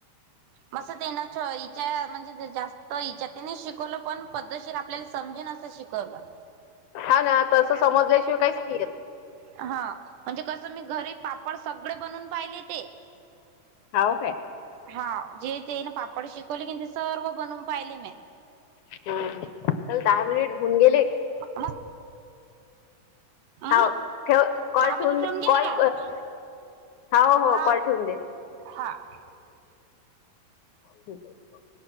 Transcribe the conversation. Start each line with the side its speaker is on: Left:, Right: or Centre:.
Right: मस्त तेना च हिच्या म्हणजे ते जास <unintelligible> शिकवलं पण पद्धशर आपल्याला समजेन असं शिकवलं.
Left: हा ना तसं समजल्याशिवाय काहीच नाही येत.
Right: हा म्हणजे कसं मी घरी पापड सगळे बनवून पाहिले ते.
Left: हाव काय?
Right: हाव जे तेन पापड शिकवले की न ते सर्व बनवून पाहिले मे.
Left: हुं चल दहा मिनिट होऊन गेले.
Right: <unintelligible> अ
Left: हाव ठेव कॉल
Right: दहा महिने
Left: ठेवून
Right: ठेऊन गेले
Left: कॉल
Right: काय?
Left: हो हो
Right: हा
Left: कॉल ठेवून दे
Right: हां.
Left: ठीक आहे.